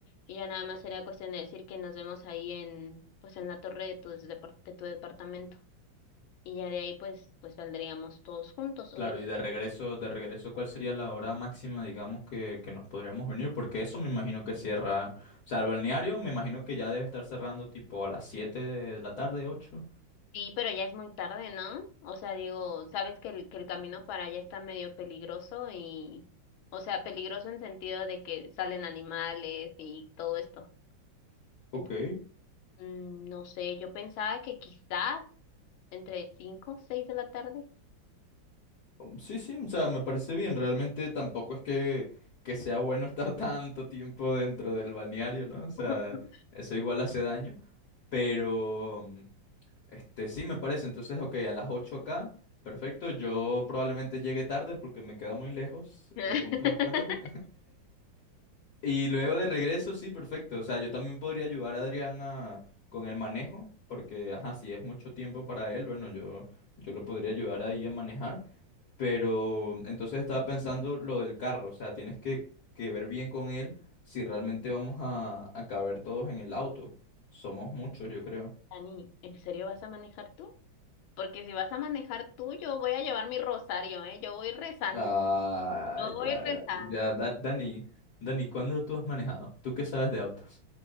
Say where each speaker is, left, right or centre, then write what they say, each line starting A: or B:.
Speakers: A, on the left; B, on the left.
A: y ya nada más sería cuestión de decir que nos vemos ahí en, pues en la torre de tu, depar- de tu departamento y ya de ahí pues, pues saldríamos todos juntos,
B: Claro,
A: obviamente.
B: y de regreso, de regreso, ¿cuál sería la hora máxima, digamos, que, que nos podríamos venir? Porque eso me imagino que cierra, o sea, el balneario me imagino que ya debe estar cerrando tipo a las siete de la tarde, ocho.
A: Sí, pero ya es muy tarde, ¿no? O sea, digo, sabes que el, que el camino para allá está medio peligroso y, o sea, peligroso en sentido de que salen animales y todo esto.
B: Ok.
A: Entonces, mm, no sé, yo pensaba que quizás entre cinco, o seis de la tarde.
B: Um, Sí, sí, o sea, me parece bien. Realmente tampoco es que, que sea bueno <laughs> estar tanto tiempo dentro del balneario, ¿no? O sea,
A: <laughs>
B: eso igual hace daño, pero... Este, sí, me parece. Entonces, ok, a las 8 acá. Perfecto. Yo probablemente llegue tarde porque me queda muy lejos
A: <laughs>
B: el punto de encuentro. <laughs> Y luego de regreso, sí, perfecto. O sea, yo también podría ayudar a Adrián a- con el manejo, porque, ajá, si es mucho tiempo para él, bueno, yo, yo lo podría ayudar ahí a manejar. Pero entonces estaba pensando lo del carro, o sea, tienes que, que ver bien con él si realmente vamos a, a caber todos en el auto. Somos muchos, yo creo.
A: Dani, ¿en serio vas a manejar tú? Porque si vas a manejar tú, yo voy a llevar mi rosario, ¿eh? Yo voy rezando,
B: Ah,
A: yo voy
B: ya,
A: rezando.
B: Dani. Ya, Da- Dani. Dani, ¿cuándo tú has manejado? ¿Tú qué sabes de autos?